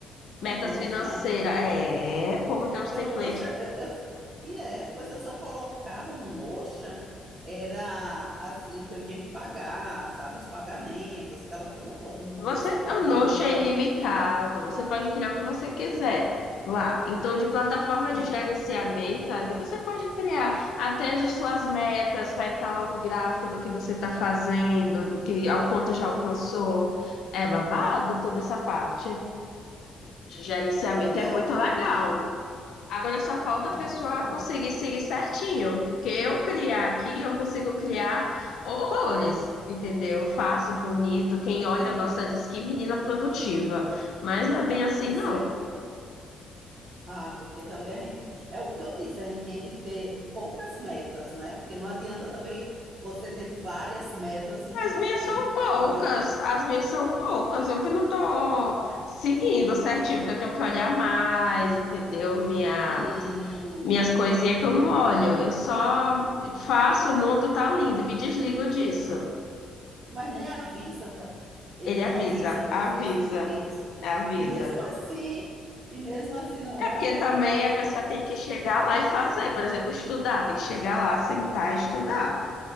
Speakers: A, on the left; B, on the right.
A: Metas
B: no Notion?
A: financeiras. É, o povo tem
B: Porque
A: uns templates
B: o Notion, eu, eu- e é, pois eu só colocava no Notion, era assim o que eu tinha que pagar, sabe, os pagamentos, aquela coisa toda. Eu nunca
A: Você,
B: pensei que eu
A: o
B: poderia
A: Notion
B: colocar.
A: é ilimitado, você pode criar o que você quiser lá. Então, de plataforma
B: Hum,
A: de gerenciamento ali, você pode criar até de suas metas, vai estar lá um gráfico do que você está fazendo, do que ao quanto já alcançou. É babado toda essa parte de gerenciamento,
B: é
A: é muito
B: realmente,
A: legal. Agora só falta
B: nossa,
A: a pessoa conseguir seguir certinho. Que eu criar aqui, eu consigo criar horrores, entendeu? Eu faço bonito, quem
B: assim,
A: olha, nossa, diz que menina produtiva. Mas não é bem assim,
B: mas
A: não.
B: <laughs> ah, porque também a gente, é o que eu disse, a gente tinha que ter poucas metas, né? Porque não adianta também você ter várias metas e não
A: As
B: cumprir.
A: minhas são poucas,
B: Eu acho.
A: as minhas são poucas. Eu que não tô seguindo certinho, porque eu tenho que olhar mais, entendeu? Minhas,
B: Sim,
A: minhas coisinhas que eu não olho. Eu só faço, o mundo tá lindo e me desligo disso.
B: mas nem avisa. Eles
A: Ele
B: não
A: avisa,
B: avisam você
A: avisa,
B: esses meios.
A: avisa.
B: E mesmo assim, e mesmo assim não
A: É
B: olha,
A: porque também a pessoa tem que chegar lá e fazer, por exemplo, estudar, tem que chegar lá, sentar e estudar.